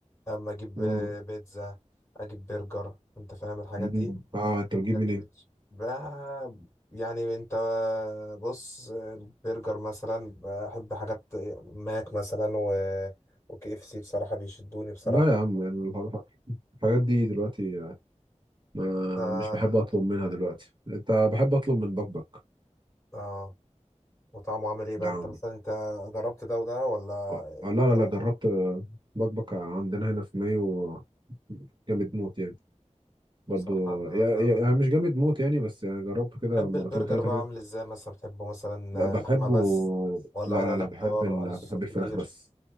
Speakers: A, on the left (about 20°); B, on the right (about 40°).
A: اما اجيب
B: مم.
A: بيتزا اجيب برجر انت فاهم الحاجات
B: مم.
A: دي
B: اه انت بتجيب
A: بجد
B: منين؟
A: بت- بقى يعني انت بص البرجر مثلا بحب حاجات ماك مثلا و وكي اف سي بصراحة بيشدوني بصراحة
B: لا يا عم يعني الح- الحاجات دي دلوقتي آه، ما
A: ده
B: مش بحب اطلب منها دلوقتي انت بحب اطلب من بكبك
A: اه وطعمه عامل ايه بقى
B: نعم
A: انت مثلا انت جربت ده وده ولا
B: اه لا لا
A: ايه
B: لا
A: رأيك
B: جربت آه، بكبك عندنا هنا في مايو آه، جامد موت يعني برضو
A: بصراحة
B: يعني
A: انا أنا
B: يعني مش جامد موت يعني بس يعني جربته كده
A: بحب
B: مرتين
A: البرجر
B: ثلاثة
A: بقى
B: كده
A: عامل ازاي مثلا بتحبه مثلا
B: لا بحبه
A: لحمة بس ولا
B: لا
A: عايز
B: لا
A: عليه
B: لا
A: خضار
B: بحب ال...
A: عليه صوصات
B: بحب الفراخ
A: كتير
B: بس